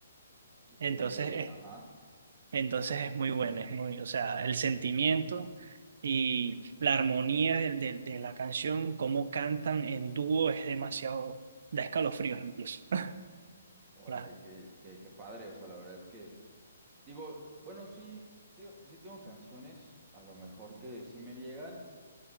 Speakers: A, on the right (about 60°); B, on the right (about 25°).
A: Entonces
B: De,
A: es,
B: ajá.
A: entonces es muy bueno, es muy, o sea, el sentimiento y la armonía de, de- de la canción, cómo cantan en dúo es demasiado, da escalofríos incluso. <laughs>
B: Órale,
A: La-
B: qué, qué, qué padre, o sea, la verdad es que, digo, bueno, sí, sí, sí tengo canciones, a lo mejor que sí me llegan,